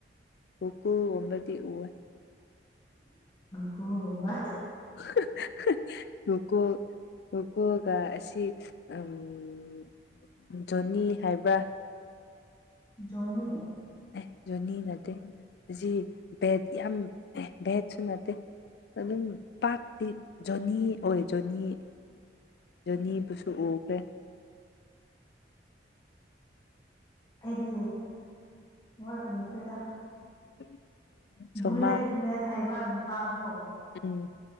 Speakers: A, on the left; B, on the left.
A: ꯨꯀꯨꯒꯨꯝꯕꯗꯤ ꯎ
B: ꯈꯣ ꯝꯕ
A: <unintelligible> ꯈꯣꯈꯣ ꯈꯣꯀꯣꯒ ꯑꯁꯤ ꯎꯝ ꯖꯣꯅꯤ ꯍꯥꯏꯕ
B: ꯖꯣꯅꯤ
A: ꯑꯦ ꯖꯣꯅꯤ ꯅꯠꯇꯦ ꯑꯁꯤ ꯚꯦꯠ ꯌꯥꯝ ꯑꯦ ꯚꯦꯠꯁꯨ ꯅꯠꯇꯦ ꯑꯗꯨꯝ ꯄꯥꯛꯇꯤ ꯖꯣꯅꯤ ꯑꯣꯏ ꯖꯣꯅꯤ ꯖꯅꯤꯕꯨꯁꯨ ꯎꯈ꯭ꯔꯦ
B: ꯑꯩꯗꯤ ꯍꯣꯏ ꯎꯈ꯭ꯔꯦꯗ
A: <unintelligible> ꯁꯣꯃꯥ
B: ꯕꯨꯂꯦꯠ ꯕꯨꯂꯦꯠ ꯍꯥꯏꯕ ꯅꯨꯄꯥꯗꯣ
A: ꯎꯝ